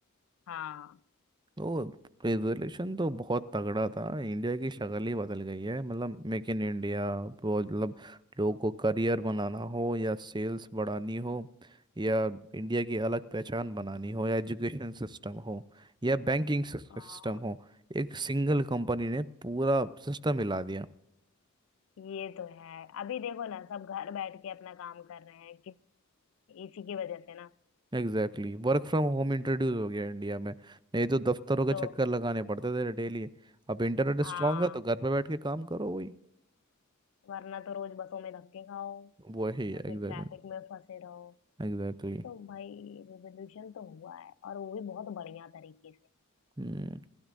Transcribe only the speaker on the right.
वो रिजोल्यूशन तो बहुत तगड़ा था इंडिया की शक्ल ही बदल गई है मतलब मेक इन इंडिया वो मतलब लोगों को करियर बनाना हो या सेल्स बढ़ानी हो या इंडिया की अलग पहचान बनानी हो या एजुकेशन सिस्टम हो या बैंकिंग सिस्टम
हो एक सिंगल कंपनी ने पूरा सिस्टम हिला दिया
Exactly work from home introduce हो गया इंडिया में नहीं तो दफ्तरों के
चक्कर लगाने पड़ते थे डेली अब इंटरनेट
स्ट्रांग है तो घर पे बैठ के काम करो वही
वही है
एग्जैक्टली
एग्जैक्टली
हम्म